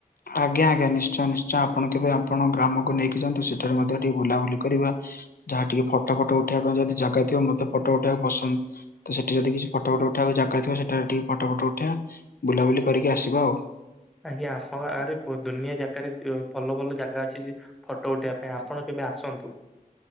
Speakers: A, on the left; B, in the centre.
A: ଆଜ୍ଞା ଆଜ୍ଞା ନିଶ୍ଚୟ ନିଶ୍ଚୟ ଆପଣ କେବେ ଆପଣ ଗ୍ରାମକୁ ନେଇକି ଯଆନ୍ତୁ ସେ ଏଠାରେ ଟିକେ ବୁଲାବୁଲି କରିବା ଯାହା ଟିକେ ଫଟା ଫଟୋ ଉଠେଇବା ପାଇଁ ଯଦି ଜାଗା ଥିବ ମୋତେ ଫଟୋ ଉଠେଇବାକୁ ପସନ୍ଦ। ତ ସେଠି ଯଦି କିଛି ଫଟୋ ଫଟୋ ଉଠେଇବାକୁ ଜାଗା ଥିବ ସେଠାରେ ଟିକେ ଫଟୋ ଫଟୋ ଉଠେଇବା ବୁଲାବୁଲି କରିକି ଆସିବା ଆଉ।
B: ଆଜ୍ଞା ଆପଣ ଆରେ ପୁଅ ଦୁନିଆ ଜାକାରେ ଭଲ ଭଲ ଜାଗା ଅଛି ଫଟୋ ଉଠେଇବା ପାଇଁ ଆପଣ କେବେ ଆସନ୍ତୁ।